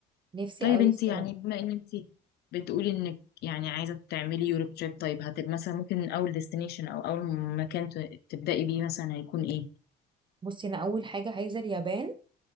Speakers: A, on the right; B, on the left.
A: نفسي
B: طيب
A: قوي
B: انت
A: الصراحه
B: يعني بما ان انت بتقولي انك يعني عايزة تعملي يوروب تريب طيب هتبقى مثلا ممكن اول ديستنيشن او اول مكان ت- تبدأي بيه مثلا هيكون ايه
A: بصي انا اول حاجه عايزه اليابان